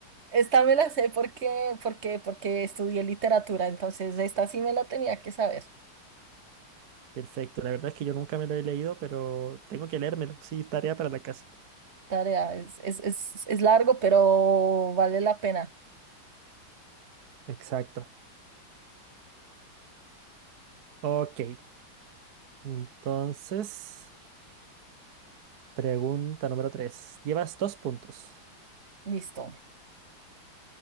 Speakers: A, on the right (about 35°); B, on the right (about 55°).
A: esta me la sé porque, porque, porque estudié literatura, entonces esta sí me la tenía que saber.
B: Perfecto. La verdad es que yo nunca me lo he leído, pero tengo que leérmelo. Sí, tarea para la casa.
A: Tarea, es, es, es, es largo, pero vale la pena.
B: Exacto. Ok. Entonces, pregunta número 3. Llevas dos puntos.
A: Listo.